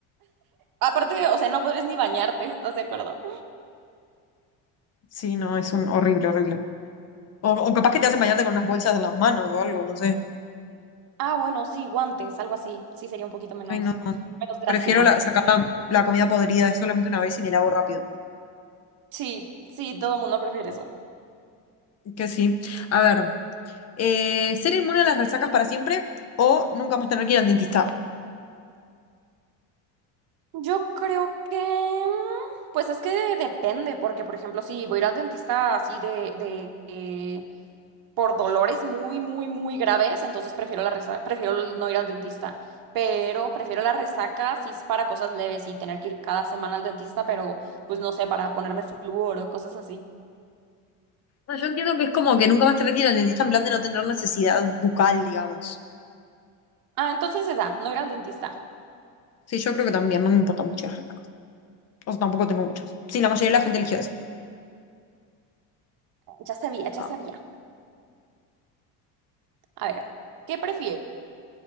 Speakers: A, on the right (about 60°); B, on the left (about 40°).
A: Aparte, o sea, no podrías ni bañarte, ¿estás de acuerdo?
B: Sí, no, es un horrible, horrible. O, o capaz que te hacen bañarte con unas bolsas en las manos o algo, no sé.
A: Ah, bueno, sí, guantes, algo así. Sí, sería un poquito menos,
B: Ay, no, no.
A: menos drástico.
B: Prefiero la- sacar la, la comida podrida es solamente una vez y me lavo rápido.
A: Sí, sí, todo mundo prefiere eso.
B: Que sí. A ver, eh, ¿ser inmune a las resacas para siempre o nunca más tener que ir al dentista?
A: Yo creo que, mm, pues es que de- depende, porque por ejemplo, si voy a ir al dentista así de, de, eh, por dolores muy, muy, muy graves, entonces prefiero la resaca, prefiero no ir al dentista. Pero prefiero la resaca si es para cosas leves y tener que ir cada semana al dentista, pero pues no sé, para ponerme flúor o cosas así.
B: No, yo entiendo que es como que nunca más tener que ir al dentista en plan de no tener necesidad bucal, digamos.
A: Ah, entonces esa, no ir al dentista.
B: Sí, yo creo que también no me importa mucho las respuestas. O sea, tampoco tengo muchas. Sí, la mayoría de la gente eligió eso.
A: Ya sabía, ya
B: Ah,
A: sabía. A ver, ¿qué prefieres?